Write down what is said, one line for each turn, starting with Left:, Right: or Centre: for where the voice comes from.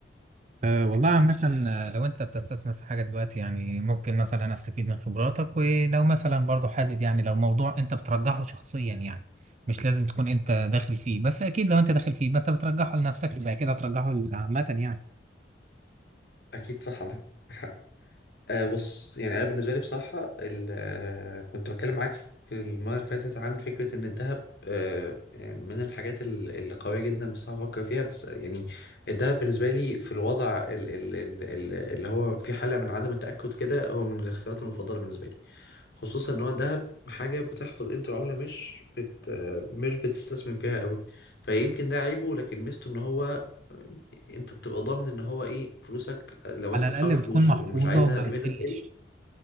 Right: أه والله عامة آه، لو أنت بتستثمر في حاجة دلوقتي يعني ممكن مثلا أستفيد من خبراتك ولو مثلا برضو حابب يعني لو موضوع أنت بترجحه شخصيا يعني مش لازم تكون أنت داخل فيه بس أكيد لو أنت داخل فيه ما أنت بترجحه لنفسك يبقى كده هترجحه عامة يعني
Left: أكيد صح عندك حق آه بص يعني انا بالنسبه لي بصراحه ال- آه، كنت بتكلم معاك المره اللي فاتت عن فكره ان الذهب آه آه، من الحاجات ال- اللي قويه جدا بصراحه بفكر فيها بس آه، يعني الذهب بالنسبه لي في الوضع ال ال ال ال اللي هو في حاله من عدم التاكد كده هو من الاختيارات المفضله بالنسبه لي خصوصا ان هو الذهب حاجه بتحفظ قيمه العمله مش بت آه، مش بتستثمر فيها قوي فيمكن ده عيبه لكن ميزته ان هو انت بتبقى ضامن ان هو ايه فلوسك لو
Right: على
Left: انت
Right: الأقل
Left: محوش
Right: بتكون
Left: فلوس
Right: محفوظة
Left: ومش عايزها
Right: وما
Left: قيمتها
Right: بتقلش
Left: تقل